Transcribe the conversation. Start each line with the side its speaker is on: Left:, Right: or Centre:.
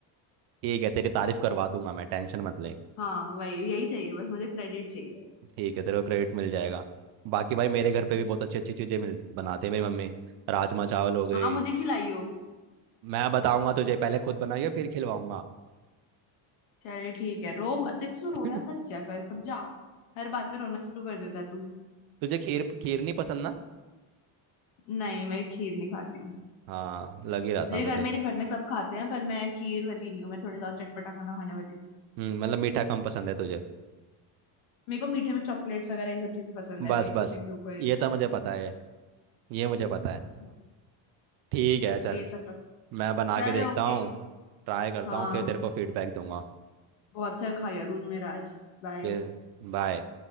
Right: ठीक है तेरी तारीफ करवा दूंगा मैं टेंशन मत ले
Left: हाँ वही यही चाहिए बस मुझे क्रेडिट चाहिए
Right: ठीक है तेरे को क्रेडिट मिल जाएगा बाकी भाई मेरे घर पे भी बहुत अच्छी अच्छी चीज़ें मिल बनाते हैं मेरी मम्मी राजमा चावल हो गए
Left: हाँ मुझे खिलाइयो
Right: मैं बताऊंगा तुझे पहले खुद बनाइए फिर खिलवाऊंगा
Left: चल ठीक है रो मत एक तो तू
Right: <laughs>
Left: रोया मत क्या कर समझा हर बात पे रोना शुरू कर देता है तू
Right: तुझे खीर खीर नहीं पसंद ना
Left: नहीं मैं खीर नहीं खाती
Right: हाँ लग ही रहा
Left: मेरे
Right: था मुझे
Left: घर मेरे घर में सब खाते हैं पर मैं खीर वाली नहीं हूँ मैं थोड़ा ज्यादा चटपटा खाना खाने वाली हूँ
Right: हम्म, मतलब मीठा कम पसंद है तुझे
Left: मेरे को मीठे में चॉकलेट्स वगैरह ये सब चीजें पसंद है
Right: बस
Left: पेस्ट्रीज
Right: बस
Left: हो गई
Right: ये तो मुझे पता है ये मुझे पता है
Left: हाँ,
Right: ठीक है
Left: तो
Right: चल
Left: मुझे ये सब पसंद
Right: मैं बना
Left: चल
Right: के देखता
Left: ओके
Right: हूँ ट्राई करता
Left: हाँ
Right: हूँ फिर तेरे को फीडबैक दूंगा
Left: बहुत सर खाया तूने मेरा आज बाय
Right: फिर बाय